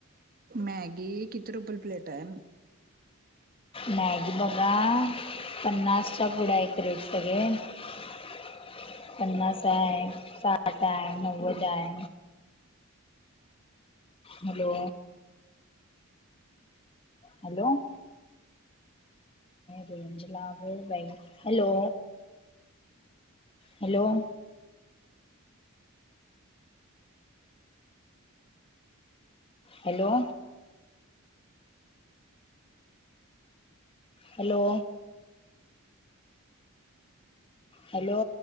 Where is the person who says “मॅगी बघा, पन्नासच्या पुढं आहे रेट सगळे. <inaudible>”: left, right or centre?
Left